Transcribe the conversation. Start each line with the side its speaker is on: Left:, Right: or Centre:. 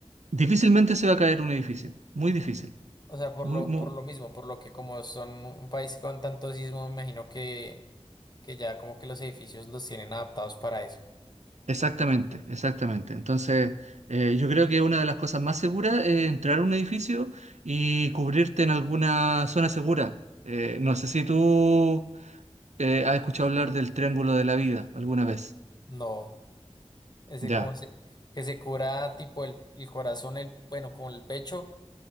Right: difícilmente se va a caer un edificio. Muy difícil.
Left: O sea, por
Right: Muy,
Left: lo,
Right: muy-
Left: por lo mismo, por lo que como son un país con tanto sismo, me imagino que, que ya como que los edificios los tienen adaptados para eso.
Right: Exactamente, exactamente. Entonces, eh, yo creo que una de las cosas más seguras es entrar a un edificio y cubrirte en alguna zona segura. Eh, no sé si tú eh, has escuchado hablar del Triángulo de la Vida alguna vez.
Left: No. Ese
Right: Ya.
Left: como se- que se cura tipo el, el corazón, el, bueno, como el pecho